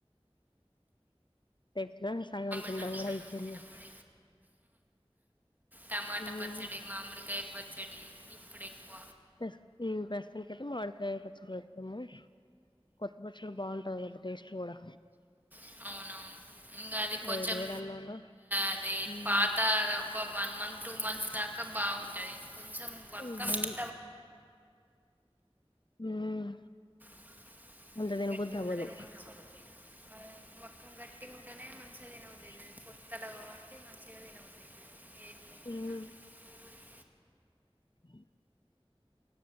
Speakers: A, on the left; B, on the right.
A: పెట్టినా సగం తినడం
B: ఇంకా మామిడి
A: గూడ ఐపోయింది.
B: టమాటా
A: హ్మ్
B: పచ్చడి మామిడికాయ పచ్చడి ఇప్పుడు ఎక్కువ
A: ప్రస్తు ప్రస్తుతానికైతే మావిడికై పచ్చడి పెట్టినము కొత్త పచ్చడి బాగుంటాది కదా టేస్ట్ కూడా
B: అవునవును ఇంగ అది కొంచం
A: వేడి వేడి అన్నంలో
B: అది
A: ఉమ్,
B: పాత ఒక వన్ మంత్ టూ మంత్స్ దాకా బాగుంటది కొంచెం బక్కం
A: హ్మ్
B: అయితే
A: అవును హ్మ్
B: తినబుద్ది కాదు
A: అంత దిని
B: గట్టి
A: బుద్ధి
B: ఉంటేనే
A: అవ్వదు.
B: మంచిగా మొత్తం గట్టిగా ఉంటేనే మంచిగా తినబుద్ది
A: <inaudible>
B: అయితది పొత్తలా కాబట్టి మంచిగా తినబుద్ది అయితది ఏం లేకున్నా
A: హ్మ్ హ <inaudible>